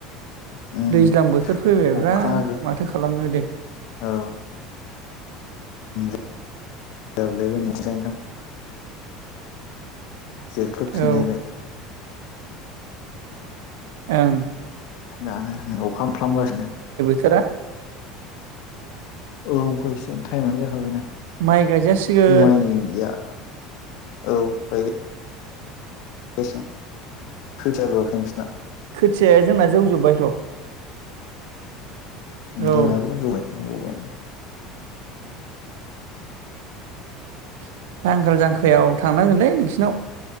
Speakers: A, on the left; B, on the right.
A: उम
B: दैज्लां बोथोर फैबायब्रा
A: अख्राङाबो
B: माथो खालामनो दे।
A: औ <unintelligible> जोख्लोब फिनलायबाय।
B: औ ओं।
A: दानो अखा मोफ्लामगासिनो।
B: थोरा
A: औ होसिगोन टाइमानो जाखाबायना।
B: माइ गायजासिगोन
A: माइया औ गाय बेसेबां खैथिया रुवाखै नोंसि
B: खोथियाया जोंना जौजोब्बायथ'
A: जोंनाबो
B: औ।
A: जौबाय जौबाय
B: <inaudible> नांगाल जांख्रायाव थांनांगोनलै नोंसिनाव।